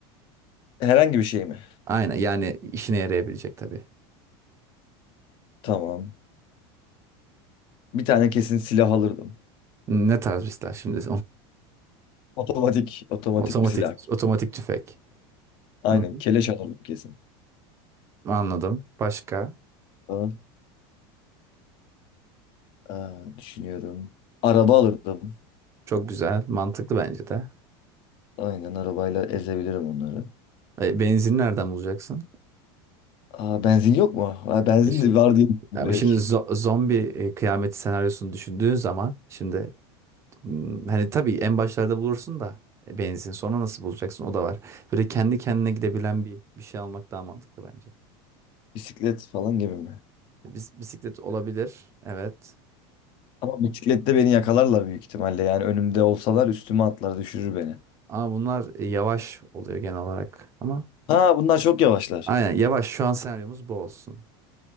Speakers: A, on the left; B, on the right.
A: Herhangi bir şey mi?
B: Aynen yani işine yarayabilecek tabii.
A: Tamam. Bir tane kesin silah alırdım.
B: Ne tarz bir şimdi?
A: Otomatik,
B: <laughs>
A: otomatik
B: Otomatik,
A: bir silah.
B: otomatik tüfek.
A: Aynen
B: Hı hı.
A: keleş alırdım kesin.
B: Anladım. Başka?
A: Aa, aa, düşünüyorum. Araba alırdım.
B: Çok güzel. Mantıklı bence de.
A: Aynen arabayla ezebilirim onları.
B: E, benzin nereden bulacaksın?
A: Aa, benzin yok mu? Aa, benzin
B: E şimdi,
A: de var diye düşündüm
B: yani
A: direkt.
B: şimdi zo- zombi e, kıyameti senaryosunu düşündüğün zaman şimdi m, hani tabii en başlarda bulursun da e, benzin sonra nasıl bulacaksın o da var. Böyle kendi kendine gidebilen bir bir şey almak daha mantıklı bence.
A: Bisiklet falan gibi mi?
B: Bis- bisiklet olabilir. Evet.
A: Ama bisiklette beni yakalarlar büyük ihtimalle. Yani önümde olsalar üstüme atlar düşürür beni.
B: Ama bunlar yavaş oluyor genel olarak. Ama
A: Ha bunlar çok yavaşlar.
B: aynen yavaş şu an senaryomuz bu olsun.